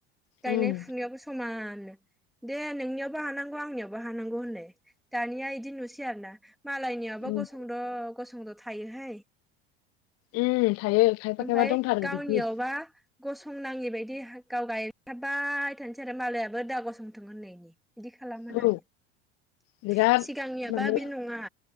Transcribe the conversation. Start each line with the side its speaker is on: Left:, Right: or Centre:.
Centre: गायनाय
Left: उम
Centre: फुनायावबो समान। दे नोंनियावबो हानांगौ आंनियावबो हानांगौ होननाय दानिया इदि नुसै आरो ना? मालायनियावबो
Left: उम
Centre: गसंद' गसंद' थायोहाय
Left: उम थायो खायफा
Centre: ओमफ्राय
Left: खायफा दंथारो
Centre: गावनियावबा
Left: बिदि
Centre: गसंनाङि बायदि गाव गायथाबाय थानोसै आरो मालायाबो दा गसंथों होननायनि। बिदि खालामो
Left: औ
Centre: दानिया
Left: बिराद
Centre: सिगांनियाबा
Left: माने
Centre: बे नङा।